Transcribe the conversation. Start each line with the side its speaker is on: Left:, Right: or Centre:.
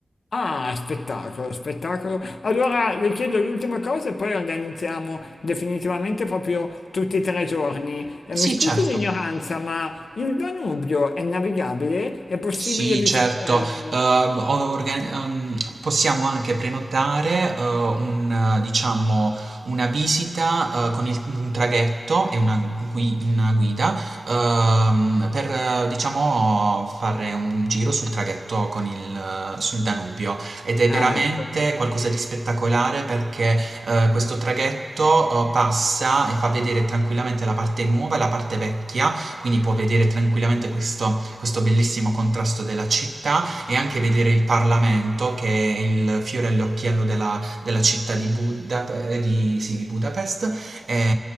Left: ah, spettacolo, spettacolo. Allora le chiedo l'ultima cosa e poi organizziamo definitivamente proprio tutti e tre i giorni. Eh,
Right: Sì,
Left: mi scusi
Right: certo.
Left: l'ignoranza, ma il Danubio è navigabile? È possibile
Right: Sì,
Left: visitare...
Right: certo. Ehm, ho organi- ehm, possiamo anche prenotare eh, un, eh, diciamo, una visita eh, con il- un traghetto e una, gui- una guida ehm, per eh, diciamo, fare un giro sul traghetto con il, eh, sul Danubio ed è veramente
Left: Ah, ecco.
Right: qualcosa di spettacolare perché eh, questo traghetto eh, passa e fa vedere tranquillamente la parte nuova e la parte vecchia quindi può vedere tranquillamente questo, questo bellissimo contrasto della città e anche vedere il Parlamento che è il fiore all'occhiello della, della città di, Buda- di- sì, di Budapest. E,